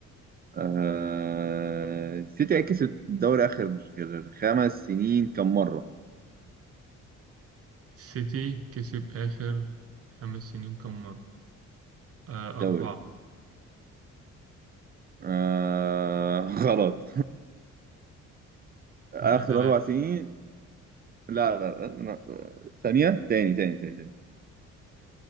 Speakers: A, on the right (about 30°); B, on the right (about 50°).
A: آه... سيتي كسب الدوري اخر خمس سنين كم مره
B: السيتي كسب آخر خمس سنين كم مرة؟ آه
A: الدوري
B: أربعة
A: آه... <laughs> غلط اخر
B: يبقى تلاتة
A: اربع سنين لا لا لا، لا، ثانيه تاني تاني تاني تاني